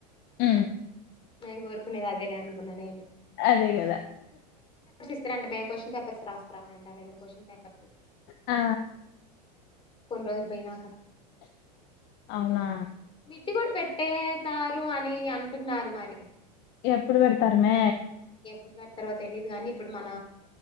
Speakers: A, on the left (about 50°); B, on the left (about 25°).
A: అ
B: మేం కోరుకునేది అదేలే అనుకున్నా నేను
A: అదే కదా
B: ఇస్తర అంట మే కోషన్స్ పేపర్స్ రా రా ఉంటారండి కొషన్ పేపర్స్
A: ఆ
B: కొన్ రోజులు పోయినాకా
A: అవునా
B: ఇిడ్ కూడా పెట్టేతారు అని అంటున్నారు మరి
A: ఎప్పుడు పెడతారమే
B: ఎప్పుడు పెడు తర్వాత తెలియదు కానీ ఇప్పుడు మన